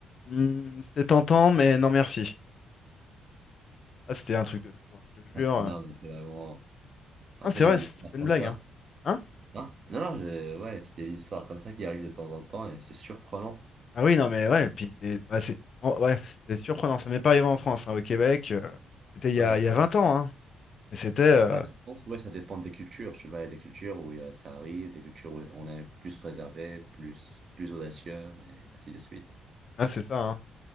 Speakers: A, on the left (about 50°); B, on the right (about 45°).
A: Hmm, c'est tentant, mais non merci. Ah, c'était un truc de fou, hein, je te jure.
B: <laughs> Non, mais c'est vraiment. En
A: Ah,
B: fait,
A: c'est
B: il
A: vrai,
B: y a
A: c'était
B: des histoires
A: pas une
B: comme
A: blague,
B: ça.
A: hein hein.
B: Hein? Non, non, je... ouais, c'est des histoires comme ça qui arrivent de temps en temps et c'est surprenant.
A: Ah oui, non, mais ouais, puis c'est bah, c'est- en- ouais, c'était surprenant. Ça m'est pas arrivé en France, hein, au Québec. euh, c'était il y
B: Ouais,
A: a,
B: je-
A: il y a 20 ans, hein. Mais c'était. euh,
B: Après, je pense que ouais, ça dépend des cultures. Tu vois, il y a des cultures où euh, ça arrive, des cultures où on est plus réservé, plus, plus audacieux et ainsi de suite.
A: ah, c'est ça, hein.